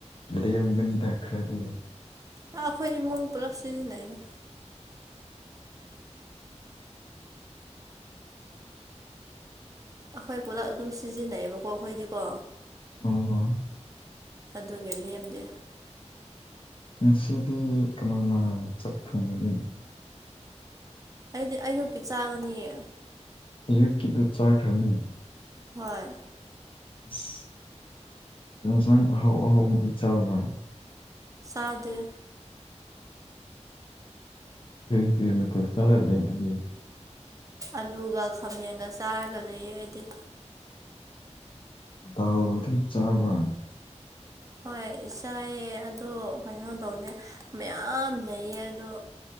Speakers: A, on the left; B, on the right.
A: ꯂꯦꯝꯒꯅꯤꯗ ꯈ꯭ꯔꯗꯤ
B: ꯑ ꯑꯩꯈꯣꯏ ꯏꯃꯨꯡ ꯄꯨꯜꯂꯞ ꯁꯤꯖꯤꯟꯅꯩꯩꯅ ꯑꯩꯈꯣꯏ ꯄꯨꯂꯞ ꯑꯗꯨꯝ ꯁꯤꯖꯤꯟꯅꯩꯕꯀꯣ ꯑꯩꯈꯣꯏꯗꯤꯀꯣ
A: ꯑꯣ
B: ꯑꯗꯨꯒ ꯂꯦꯝꯗꯦ
A: ꯉꯁꯤꯗꯤ ꯀꯅꯥꯅ ꯆꯠꯈꯣꯕꯅꯤ
B: ꯑꯩꯗꯤ ꯑꯌꯨꯛꯀꯤ ꯆꯥꯕꯅꯤꯌꯦ
A: ꯑꯩ ꯀꯤꯂꯣ ꯆꯥꯈ꯭ꯔꯅꯤ
B: ꯍꯣꯏ
A: ꯑꯁ ꯌꯦꯟꯁꯥꯡ ꯑꯍꯥꯎ ꯑꯍꯥꯎꯧꯕꯗꯤ ꯆꯥꯕ꯭ꯔꯥ
B: ꯁꯥꯗꯦ
A: ꯐꯔꯤ ꯐ ꯃ ꯆꯔꯂ ꯏꯕꯤ
B: ꯑꯂꯨꯒ ꯈꯥꯃꯦꯟꯒ ꯆꯥꯔꯒ ꯂꯩꯌꯦ ꯑꯩꯗꯤ
A: ꯗꯥꯎꯔꯤ ꯆꯥꯃꯥꯟ
B: ꯍꯣꯏꯥꯏꯌꯦ ꯑꯗꯣ ꯀꯩꯅꯣ ꯇꯧꯅꯦꯦ ꯃꯌꯥꯝ ꯂꯩꯌꯦ ꯑꯗꯣ